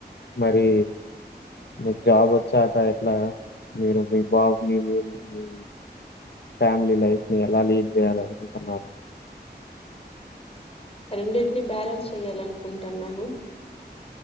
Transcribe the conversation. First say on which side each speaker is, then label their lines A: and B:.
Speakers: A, on the left; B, on the left.
A: మరీ మీకు జాబ్ వచ్చాక ఇట్లా మీరు మీ బాబుని మీ ఫ్యామిలీ లైఫ్ ని ఎలా లీడ్ చేయాలనుకుంటన్నారు.
B: రెండిటిని బ్యాలెన్స్ చెయాలనుకుంటన్నాను.